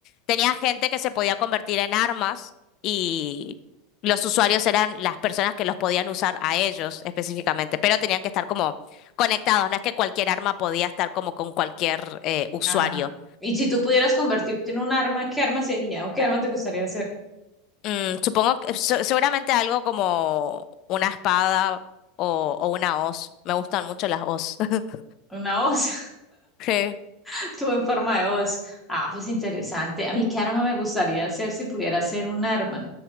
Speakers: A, on the left; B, in the centre.
A: tenía gente que se podía convertir en armas y los usuarios eran las personas que los podían usar a ellos específicamente, pero tenían que estar como conectados. No es que cualquier arma podía estar como con cualquier eh, usuario.
B: Ah, y si tú pudieras convertirte en un arma, ¿qué arma sería? ¿O qué arma te gustaría ser?
A: Mm, supongo que se- seguramente algo como una espada o, o una hoz. Me gustan mucho las hoz. <laughs>
B: Una voz,
A: Sí,
B: <laughs> tú en forma de voz. Ah, pues interesante. A mí, ¿qué arma me gustaría ser si pudiera ser un arma?